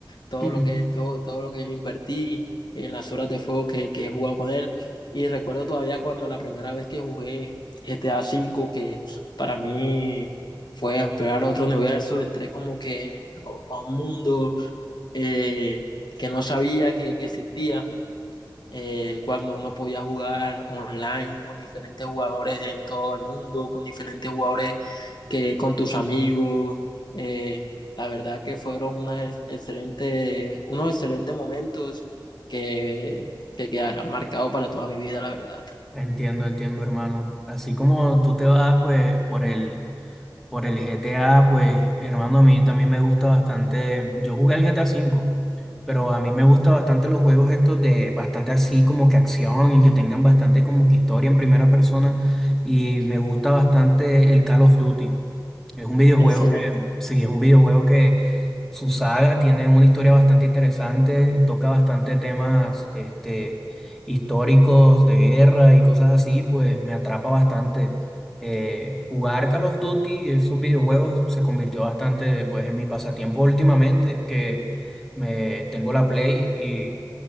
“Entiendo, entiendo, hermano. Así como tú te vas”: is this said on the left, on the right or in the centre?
Centre